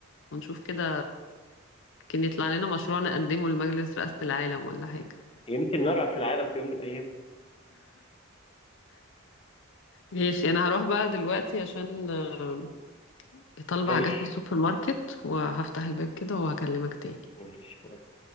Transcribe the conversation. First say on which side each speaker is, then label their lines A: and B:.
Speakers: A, on the left (about 60°); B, on the left (about 25°).
A: ونشوف كده كان يطلع لنا مشروع نقدمه لمجلس رئاسة العالم ولا حاجة
B: يمكن نرأس العالم في يوم من الايام
A: ماشي انا هروح بقى دلوقتي عشان آه، طالبة
B: ماشي
A: حاجات من السوبر ماركت وهفتح الباب كده وهكلمك تاني
B: ماشي باي